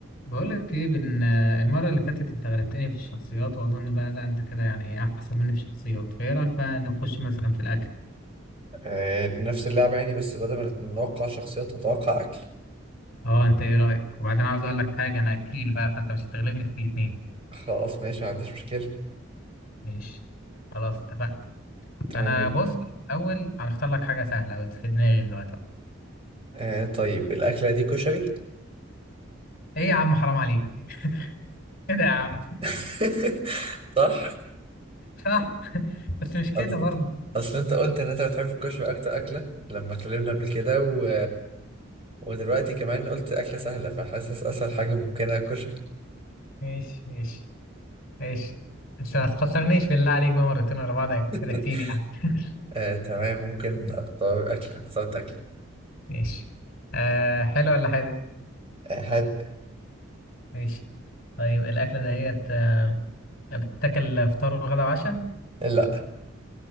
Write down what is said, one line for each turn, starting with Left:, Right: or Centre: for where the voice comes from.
Left: بقول لك ايه بن... المره اللي فاتت انت غلبتني في الشخصيات واظن بقى لا انت كده يعني احسن مني في الشخصيات فايه رايك بقى نخش مثلا في الاكل
Right: آه، نفس اللعبة يعني بس بدل ما نتوقع شخصيات نتوقع أكل
Left: اه انت ايه رايك وبعدين عاوز اقول لك حاجه انا اكيل بقى فانت مش هتغلبني في الاثنين
Right: خلاص ماشي ما عنديش مشكلة
Left: ماشي خلاص اتفقنا
Right: تمام
Left: فانا
Right: جدا.
Left: بص اول هنختار لك حاجه سهله وانت في دماغي دلوقتي أهو.
Right: آه طيب الأكلة دي كشري
Left: ايه يا عم حرام عليك <laughs> كده يا عم
Right: <laughs> صح
Left: <laughs> صح بس مش كده
Right: أصل
Left: برضه
Right: أصل أنت قلت إن أنت بتحب الكشري أكتر أكلة لما اتكلمنا قبل كده و... ودلوقتي كمان قلت أكلة سهلة فحاسس أسهل حاجة ممكنة كشري
Left: ماشي ماشي ماشي انت ما تخسرنيش بالله عليك بقى مرتين ورا بعض هيكون
Right: <laughs>
Left: كده كتير يعني <laughs>
Right: آه تمام ممكن أختار أكلة اخترت أكلة
Left: ماشي آه حلو ولا حاجه
Right: آه هاد
Left: ماشي طيب الأكلة دهيت آه، بتتاكل فطار وغدا وعشاء
Right: لا